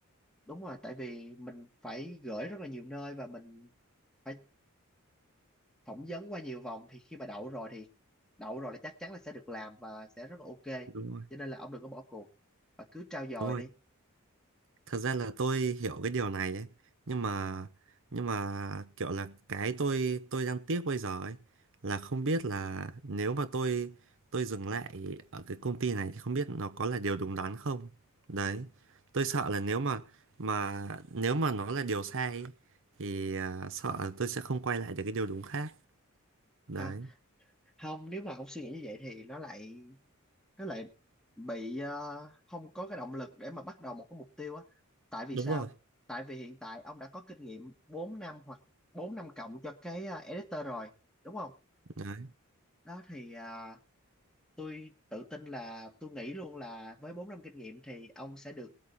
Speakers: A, in the centre; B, on the right.
A: đúng rồi tại vì mình phải gửi rất là nhiều nơi và mình phải phỏng vấn qua nhiều vòng thì khi mà đậu rồi thì đậu rồi là chắc chắn là sẽ được làm và sẽ rất là ok
B: đúng rồi
A: cho nên là ông đừng có bỏ cuộc và cứ trau dồi
B: đúng rồi
A: đi
B: thật ra là tôi hiểu cái điều này ấy nhưng mà nhưng mà kiểu là cái tôi tôi đang tiếc bây giờ ấy là không biết là nếu mà tôi tôi dừng lại ở cái công ty này thì không biết nó có là điều đúng đắn không đấy tôi sợ là nếu mà mà nếu mà nó là điều sai ấy, thì à, sợ là tôi sẽ không quay lại được cái điều đúng khác đấy
A: à không nếu mà ông suy nghĩ như vậy thì nó lại nó lại bị ờ, không có cái động lực để mà bắt đầu một cái mục tiêu á tại vì
B: đúng
A: sao
B: rồi
A: tại vì hiện tại ông đã có kinh nghiệm 4 năm hoặc 4 năm cộng cho cái ờ, editor rồi đúng không
B: đấy
A: đó thì ờ, tôi tự tin là tôi nghĩ luôn là với 4 năm kinh nghiệm thì ông sẽ được